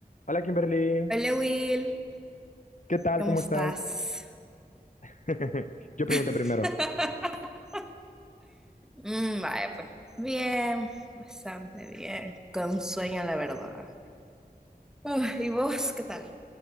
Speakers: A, on the left (about 50°); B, in the centre.
A: Hola Kimberly,
B: Hola Will,
A: ¿qué tal?
B: ¿cómo
A: ¿Cómo
B: estás?
A: estás? <laughs> Yo pregunto
B: <laughs>
A: primero,
B: Mm, vaya, pues bien, bastante bien, con sueño la verdad. Uf, ¿y vos qué tal?